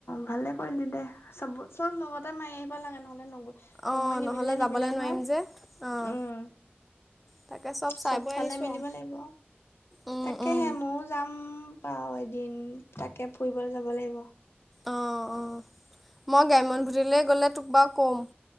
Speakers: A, on the left (about 80°); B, in the centre.
A: ভালে কৰিলি দে চব -চব লগতে মাই আহিব লাগে নহলে নগ'ল সময়
B: অঁ
A: নিমিলিলে
B: নহ'লে যাবলৈ
A: নিমিলে নহয়
B: নোৱাৰিম
A: উম,
B: যে অঁ তাকে চব চাই
A: চবফালে
B: বৈ আহিছোঁ
A: মিলিব
B: আৰু
A: লাগিব
B: উম
A: তাকেহে
B: উম
A: ময়ো যাম বাও এদিন তাকে ফুৰিবলে যাব লাগিব।
B: অ', অ', মই গ্ৰাম্যনভুতিলৈ গ'লে তোক বাৰু ক'ম।